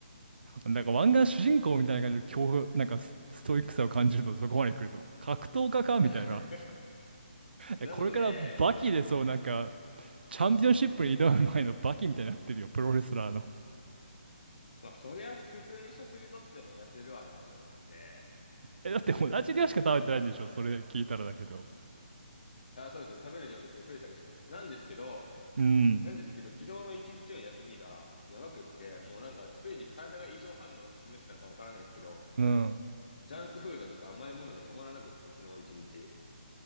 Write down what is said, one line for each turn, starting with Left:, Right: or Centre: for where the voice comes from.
Right: なんか、湾岸主人公みたいな感じで、京なんかス、ストイックさを感じると、そこまで来ると。格闘家か、
Left: <laughs>
Right: みたいな。え、
Left: なので、
Right: これからバキで、そう、なんか、チャンピオンシップに挑む前のバキみたいになってるよ、プロレスラーの。
Left: まあ、そりゃ普通に食事とっても痩せるわなと思って、
Right: え、だって同じ量しか食べてないんでしょ、それ聞いたらだけど。
Left: あ、そうです。食べる量別に増えたりしないです。なんですけど、
Right: うん、
Left: なんですけど、昨日の一日の休みがやばくって、もうなんかついに体が異常反応を示したのかわからないですけど、
Right: うん。
Left: ジャンクフードとか甘いものが止まらなくって、昨日一日。